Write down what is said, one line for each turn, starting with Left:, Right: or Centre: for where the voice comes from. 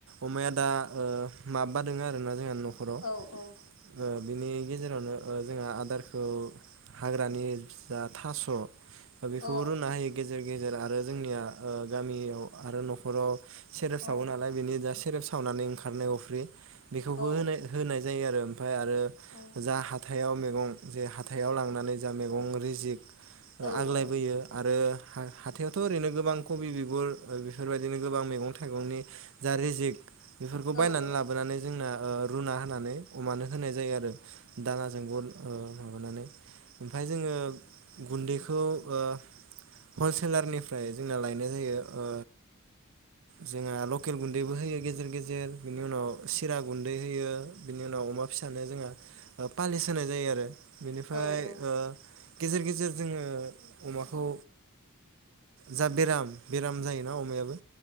Right: अमाया दा ओ माबा दङ आरोना। जोंहा न'खराव
Left: औ औ
Right: ओ बिनि गेजेरावनो जोंहा आदारखौ हाग्रानि जा थास' बेखौबो
Left: अ औ
Right: रुना होयो गेजेर- गेजेर आरो जोंनिया ओ गामियाव आरो न'खराव सेरेब
Left: औ
Right: सावो नालाय बेनि सेरेब सावनानै ओंखारनाय अफ्रि बेखौबो
Left: औ
Right: होनाय होनाय जायो आरो। ओमफ्राय आरो
Left: औ
Right: जा हाथायाव मैगं जे हाथायाव लांनानै जा मैगं रेजिक
Left: औ
Right: आग्लायबोयो
Left: औ
Right: आरो हा-हाथायावथ' ओरैनो गोबां खबि बिगुर बेफोरबायदिनो गोबां मैगं थाइगंनि जा रेजेक बेफोरखौ
Left: औ
Right: बायनानै
Left: औ
Right: लाबोनानै जोंना रुना होनानै अमानो होनाय जायो आरो दानाजोंबो ओ माबानानै ओमफाय जोङो गुन्दैखौ ओ हलसेलारनिफ्राय जोंना लायनाय जायो ओ जोंङ आल लकेल गुन्दैबो होयो गेजेर गेजेर बिनि उनाव सिरा गुन्दै होयो बिनि उनाव अमा फिसानो पालिस होनाय जायो आरो बेनिफ्राय
Left: औ औ
Right: ओ गेजेर गेजेर जोङो अमाखौ जा बेराम बेराम जायोना अमायाबो